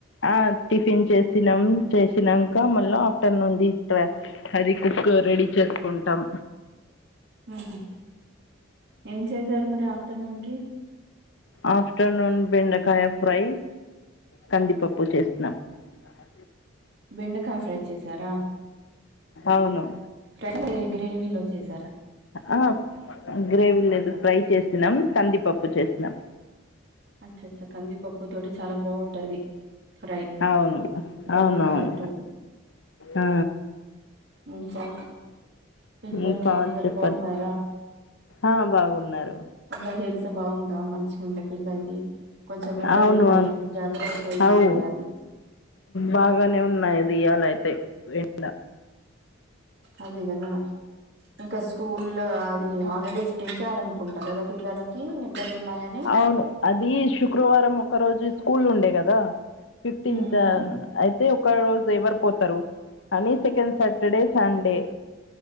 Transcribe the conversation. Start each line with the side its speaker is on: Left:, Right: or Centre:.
Left: ఆ టిఫిన్ చేసినాం చెస్ వచ్చినంక మళ్ళా ఆఫ్టర్నూన్ ది అది కుక్ రెడీ చేస్ కుంటాం
Right: ఉహు ఏం చేశారు మరి ఆఫ్టర్నూన్ కి
Left: ఆఫ్టర్నూన్ బెండకాయ ఫ్రై కందిపప్పు చేసినం అ
Right: బెండకాయ ఫ్రై చేసారా
Left: అవును
Right: ఫ్రై గ్రేవీలో చేసార
Left: ఆ గ్రేవీ లేదు ఫ్రై చేసినాం కందిపప్పు చేసినాం
Right: అచ్చ అచ్చా కందిపప్పు తోటి చాల బాగుంటది ఫ్రై
Left: అవును
Right: బెండకాయ
Left: అవునవును
Right: ఫ్రై
Left: ఆ
Right: ఇంకా పిల్లలు
Left: ఇంకా
Right: అందరు
Left: చెప్పండి
Right: బాగున్నార
Left: ఆ బాగున్నారు
Right: అట్లా హెల్త్ బాగుందా మంచిగ ఉందా పిల్లల్ది కొంచెం ఎండలు
Left: అవును
Right: ఉన్నాయి
Left: అవును
Right: ఇప్పుడు జాగ్రత్త తీసుకో
Left: అవు
Right: చేయాలి
Left: బాగానే ఉన్నాయి ది ఇయ్యాల అయితే ఎండ
Right: అదే కద ఇంక స్కూల్ అది హాలిడేస్ పెం చ్చారనుకుంటా కదా పిల్లలకి ఎండలు ఉన్నాయని
Left: అవును అది శుక్రవారం ఒక రోజు స్కూల్ ఉండే గద ఫిఫ్టీన్త్
Right: మ్మ్
Left: అయితే ఒక రోజు ఎవరి పో తరు అని second Saturday Sunday